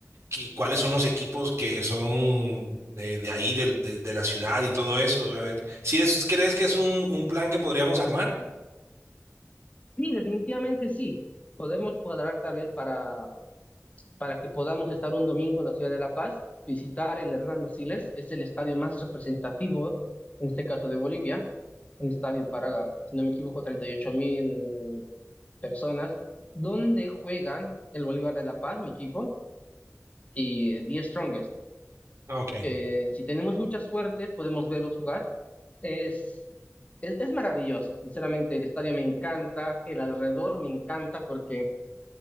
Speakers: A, on the right; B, on the left.
A: y cuáles son los equipos que son de, de ahí, del- de, de la ciudad y todo eso. A ver, si es, ¿crees que es un, un plan que podríamos armar?
B: Sí, definitivamente sí. Podemos cuadrar tal vez para, para que podamos estar un domingo en la ciudad de La Paz, visitar el Hernando Siles, es el estadio más representativo, en este caso de Bolivia, un estadio para, si no me equivoco, treinta y ocho mil personas, donde juegan el Bolívar de La Paz, mi equipo, y the Strongest.
A: Ah, Ok.
B: Eh, si tenemos mucha suerte, podemos verlos jugar. Es, es, es maravilloso, sinceramente. El estadio me encanta, el alrededor me encanta porque